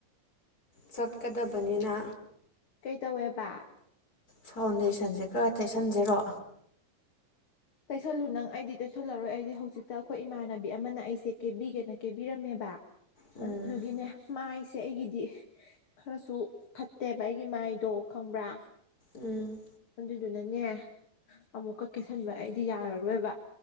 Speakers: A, on the left; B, on the left.
A: ꯆꯠꯀꯗꯕꯅꯤꯅ
B: ꯀꯩꯇꯧꯋꯦꯕ
A: ꯐꯥꯎꯟꯗꯦꯁꯟꯁꯦ ꯈꯔ ꯇꯩꯁꯟꯖꯔꯣ
B: ꯇꯩꯁꯜꯂꯨ ꯅꯪ ꯑꯩꯗꯤ ꯇꯩꯁꯜꯂꯔꯣꯏ ꯑꯩꯗꯤ ꯍꯧꯖꯤꯛꯇ ꯑꯩꯈꯣꯏ ꯏꯃꯥꯟꯅꯕꯤ ꯑꯃꯅ ꯑꯩꯁꯦ ꯀꯦꯕꯤꯒꯦꯅ ꯀꯦꯕꯤꯔꯝꯃꯦꯕ
A: ꯎꯝ
B: ꯑꯗꯨꯗꯨꯒꯤꯅꯦ ꯃꯥꯏꯁꯦ ꯑꯩꯒꯤꯗꯤ ꯈꯔꯁꯨ ꯐꯠꯇꯦꯕ ꯑꯩꯒꯤ ꯃꯥꯏꯗꯣ ꯈꯪꯕ꯭ꯔꯥ
A: ꯎꯝ
B: ꯑꯗꯨꯗꯨꯅꯅꯦ ꯑꯃꯨꯛ ꯀꯥ ꯀꯦ ꯁꯤꯟꯕ ꯑꯩꯗꯤ ꯌꯥꯔꯔꯣꯏꯕ